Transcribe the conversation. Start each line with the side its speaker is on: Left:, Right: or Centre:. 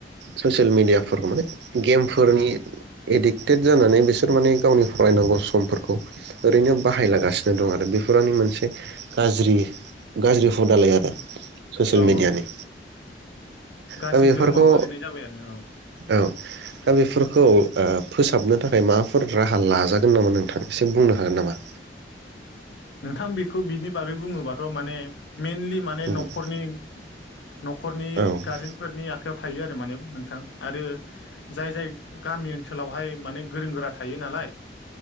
Right: ससियेल मेडियाफोराव माने गेमफोरनि एडिक्टेड जानानै बिसोर माने गावनि फरायनांगौ समफोरखौ ओरैनो बाहायलागासिनो दं आरो बेफोरनि मोनसे गाज्रि गाज्रि हुदालाय आरो। ससियेल
Left: औ
Right: मिडियानि
Left: औ गाज्रि
Right: दा बेफोरखौ
Left: गोहोमाव गोलैनाय जाबाय आरो औ
Right: औ दा बेफोरखौ ओ फोसाबनो थाखाय माबाफोर राहा लाजागोन नामा नोंथां एसेम बुंनो हागोन नामा?
Left: नोंथां बेखौ बिनि बागै बुङोबाथ' माने मेइनलि माने
Right: औ
Left: नखरनि नखरनि
Right: औ
Left: गार्जेनफोरनि आख खायाव थायो आरो माने नोंथां आरो जाय जाय गामि ओन ओनसोलावहाय माने गोरों गोरा थायो नालाय